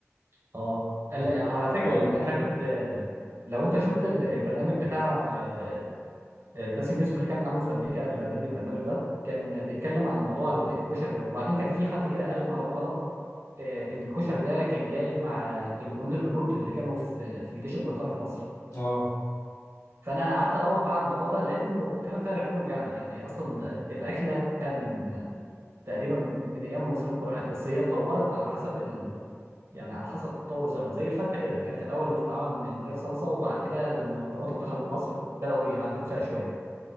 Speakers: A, on the right (about 55°); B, on the left (about 75°).
A: اه ال-
B: بتفكر
A: على فكره
B: ولا
A: يعني
B: مش
A: انا
B: قوي
A: كنت آه، لو انت شفت ال- البرنامج بتاع آه، آه، باسم يوسف اللي كان عامله في امريكا قبل برنامج البرنامج ده كان بيتكلم عن موضوع ال- الكشري ده وبعدين كان في حد كده قال معلومه غلط آه، ان الكشري ده كان جاي مع الجنود الهنود اللي كانوا في في الجيش البريطاني في مصر
B: اه
A: فانا قعدت ادور بقى على الموضوع ده لقيت انه كلام فارغ كله يعني يعني اصلا الاكله من تقريبا من ايام المصريين القدماء بس هي اتطورت على حسب ال... يعني على حسب تطور الزمن زي الفته كده كانت الاول بتتعمل من غير صلصه وبعد كده لما الطماطم دخلت مصر بداوا يعدلوا فيها شويه